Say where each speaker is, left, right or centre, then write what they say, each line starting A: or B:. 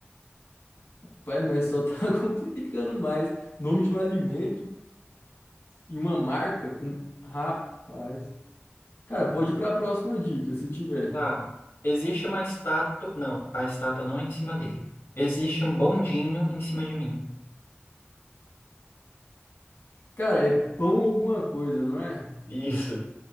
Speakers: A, on the left; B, on the left.
A: Pai, mas só tá <laughs> complicando mais. Nome de um alimento e uma marca com. Rapaz. Cara, pode ir pra próxima dica, se tiver.
B: Ah, existe uma estátua. Não, a estátua não é em cima dele. Existe um bondinho em cima de mim.
A: Cara, é pão alguma coisa, não é?
B: Isso,